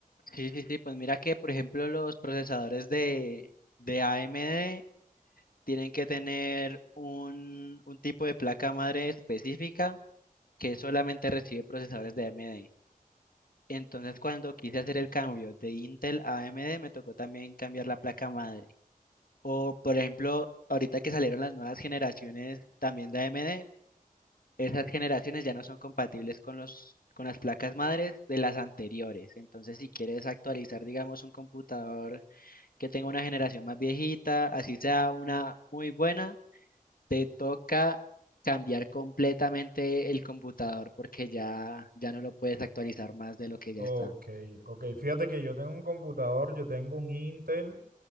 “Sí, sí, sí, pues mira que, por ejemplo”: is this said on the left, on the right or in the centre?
Left